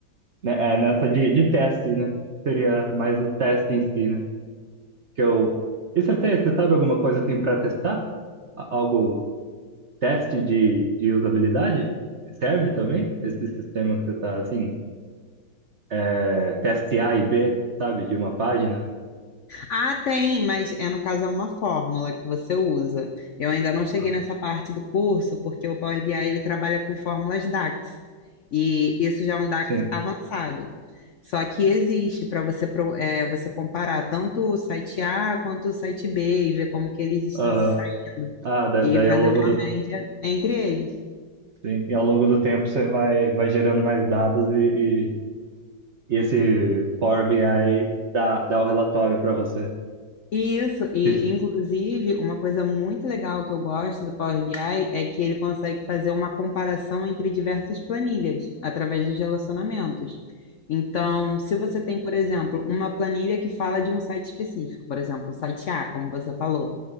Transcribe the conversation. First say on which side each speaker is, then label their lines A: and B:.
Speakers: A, on the right; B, on the left.
A: né? É, nessa de, de teste, né? Seria mais o teste em si, né? Que eu... E você tem, você sabe alguma coisa assim para testar? A- Algo, teste de, de usabilidade? Serve também esse sistema que você está assim? é, teste A e B, sabe, de uma página.
B: Ah, tem, mas é no caso é uma fórmula que você usa. Eu ainda não cheguei
A: Ah,
B: nessa parte do curso, porque o Power BI ele trabalha com fórmulas DAX. E isso já é um DAX
A: Sim.
B: avançado. Só que existe para você, pro- é, você comparar tanto o site A quanto o site B e ver como que eles estão
A: Aham.
B: se saindo
A: Ah, da-
B: e
A: daí
B: fazer
A: ao longo
B: uma
A: do,
B: média entre eles.
A: sim, e ao longo do tempo você vai, vai gerando mais dados e, e, e esse Power BI dá, dá o relatório para você.
B: Isso, e
A: <laughs>
B: inclusive uma coisa muito legal que eu gosto do Power BI é que ele consegue fazer uma comparação entre diversas planilhas através dos relacionamentos. Então, se você tem, por exemplo, uma planilha que fala de um site específico, por exemplo, o site A, como você falou,